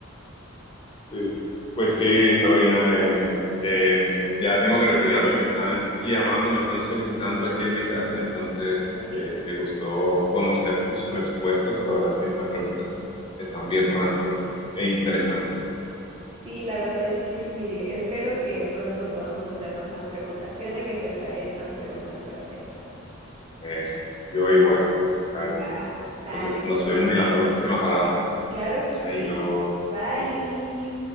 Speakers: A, on the left; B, on the right.
A: Sí. Pues sí, Sabrina, eh, eh, ya tengo que retirarme, me están llamando, me están solicitando aquí en mi casa, entonces
B: ¿Ok?
A: eh,
B: <laughs>
A: me gustó conocer tus respuestas, la verdad que estas preguntas están bien random e
B: Sí,
A: interesantes.
B: sí, la verdad es que sí. Espero que pronto podamos hacernos más preguntas. Créeme que pensaré en más preguntas para hacerte.
A: Eso, yo igual. Vale,
B: Va, sale,
A: entonces nos
B: José.
A: vemos en la próxima parada.
B: Claro que
A: Chaito.
B: sí. Bye.